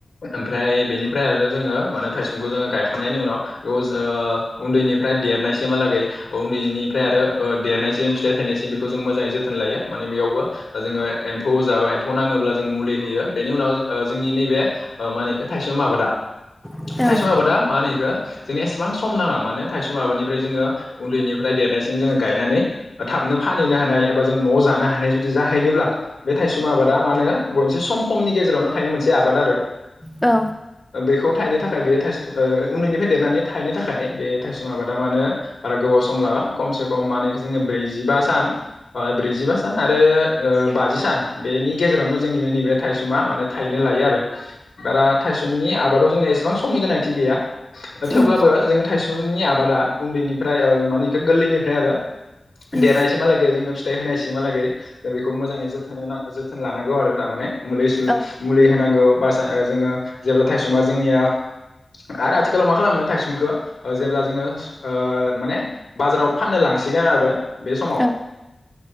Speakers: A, on the left; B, in the centre.
A: ओमफ्राय बेनिफ्राय आरो जोङो माने थाइसुमखौ जोङो गायखांनायनि उनाव बेखौ जों उन्दैनिफ्राय देरनायसिमहालागै उन्दैनिफ्राय आरो ओं देरनायसिम फिथाइ थाय थानासिम बेखौ जों मोजाङै जोथोन लायो माने बेयावबो जोङो एम्फौ जाबाय एम्फौ नाङोब्ला जों मुलि होयो। बेनि उनाव जोंनि नैबे मा होनो बेखौ थाइसुम आबादा
B: औ
A: थाइसुम आबादा मा होनो बेखौ जोंनो एसेबां सम नाङा माने थायसुम आबादनिफ्राय जोङो उन्दैनिफ्राय देरनायसिम जोङो गायनानै थाबनो फानहैनो हानाय एबा जों न' जानो हानाय जुदि जाहैनोब्ला बे थाइसुम आबादा मा होनो बयनिफ्राय सम खमनि गेजेरावनो थाइनाय मोनसे आबाद आरो
B: औ
A: बेखौ थायनो थाखाय बे थाइसुम ओ उन्दैनि देरनानै थाइनो थाखाय बे थायसुम आबादा मा होनो बारा गोबाव सम लाबा खमसे खम मा होनो जोंनिया बेखौ ब्रै जिबा सान ओ ब्रैजिबा सान आरो ओ बाजि सान बेनि गेजेरावनो जोंनि बे नैबे थाइसुमा माने थाइैनो लायो आरो बारा थायसुमनि आबादाव जोङो एसेबां समनि गोनांथि गैया थेवब्लाबो
B: उम
A: जोङो थायसुम थाइसुमनि आबादा उन्दैनिफ्राय मानेखौ गोरलैनिफ्राय आरो
B: उम
A: देरनायसिमहालागै जोंनो फिथाइ होनायसिमहालागै जों बेखौ मोजाङै जोथोन होनांगौ जोथोन लानांगौ आरो थारमाने मुलि सुलि
B: औ
A: मुलि होनांगौ बा जोङो जेब्ला थाइसुमा जोंनिया आरो आथिखालाव मा खालामो थायसुमखौ जेब्ला जोङो ओं माने बाजाराव फाननो लांसिगोन आरो बे समाव
B: औ